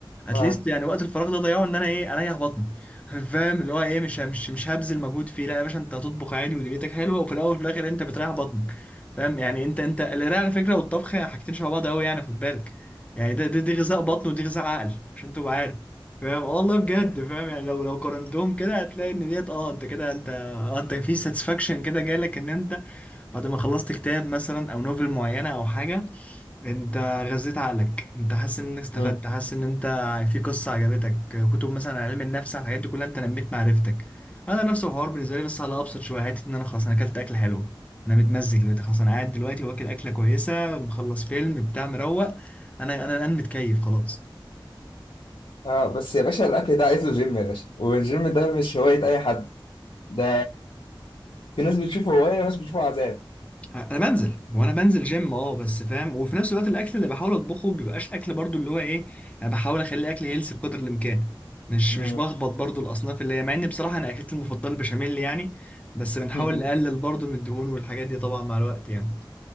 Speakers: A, on the left (about 15°); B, on the left (about 85°).
A: اتليست
B: آه.
A: يعني وقت الفراغ ده ضيعه ان انا ايه اريح بطني <laughs> فاهم اللي هو ايه مش مش مش هبذل مجهود فيه لا يا باشا انت هتطبخ عادي ودنيتك حلوه وفي الاول وفي الاخر انت بتريح بطنك فاهم يعني انت انت القرايه على فكره والطبخ حاجتين شبه بعض قوي يعني خد بالك يعني ده دي, دي غذاء بطن ودي غذاء عقل عشان تبقى عارف فاهم آه والله بجد فاهم يعني لو لو قارنتهم كده هتلاقي ان ديت اه انت كده انت آه انت في ساتسفاكشن كده جالك ان انت بعد ما خلصت كتاب مثلا او نوفل معينه او حاجه انت غذيت عقلك انت حاسس ان استفدت
B: <laughs>
A: حاسس
B: <laughs>
A: ان انت في قصه عجبتك كتب مثلا عن علم النفس على الحاجات دي كلها انت نميت معرفتك انا نفس الحوار بالنسبه لي بس على ابسط شويه حته ان انا خلاص انا اكلت اكل حلو انا متمزج دلوقتي خلاص انا قاعد دلوقتي واكل اكله كويسه مخلص فيلم بتاع مروق انا انا الان متكيف خلاص
B: اه بس يا باشا الاكل ده عايز له جيم يا باشا والجيم ده مش هوايه اي حد ده في ناس بتشوفه هوايه وناس بتشوفه عذاب
A: انا بنزل هو انا بنزل جيم اه بس فاهم وفي نفس الوقت الاكل اللي بحاول اطبخه بيبقاش اكل برضو اللي هو ايه انا بحاول اخلي اكل هيلثي بقدر الامكان مش
B: مم.
A: مش بخبط برضو الاصناف اللي هي مع ان بصراحه انا اكلتي المفضله البشاميل يعني بس بنحاول
B: <laughs>
A: نقلل برضو من الدهون والحاجات دي طبعا مع الوقت يعني